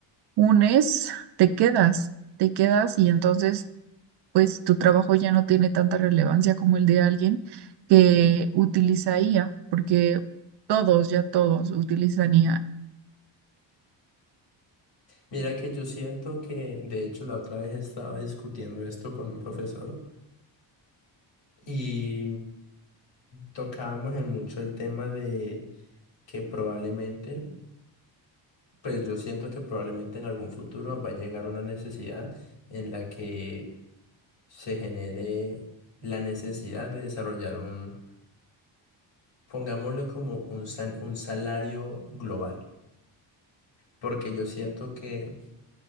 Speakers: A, on the right (about 60°); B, on the left (about 65°).
A: unes, te quedas, te quedas y entonces pues tu trabajo ya no tiene tanta relevancia como el de alguien que utiliza IA, porque todos, ya todos utilizan IA.
B: Mira que yo siento que, de hecho, la otra vez estaba discutiendo esto con un profesor y tocábamos en mucho el tema de que probablemente, pues yo siento que probablemente en algún futuro va a llegar una necesidad en la que se genere la necesidad de desarrollar un, pongámosle como un, sal- un salario global, porque yo siento que